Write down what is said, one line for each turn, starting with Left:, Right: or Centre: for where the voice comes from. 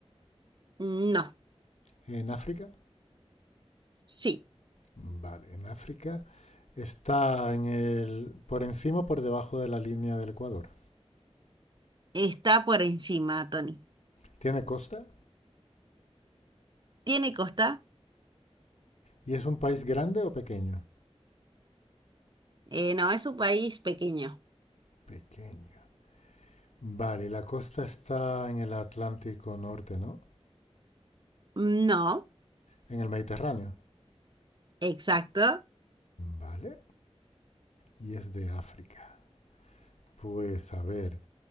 Right: No,
Left: ¿En África?
Right: sí,
Left: Vale, en África está en el, por encima o por debajo de la línea del Ecuador.
Right: está por encima, Tony.
Left: ¿Tiene costa?
Right: ¿Tiene costa?
Left: ¿Y es un país grande o pequeño?
Right: Eh, no, es un país pequeño.
Left: Pequeño. Vale, la costa está en el Atlántico Norte, ¿no?
Right: No,
Left: En el Mediterráneo.
Right: exacto.
Left: Vale, y es de África. Pues a ver,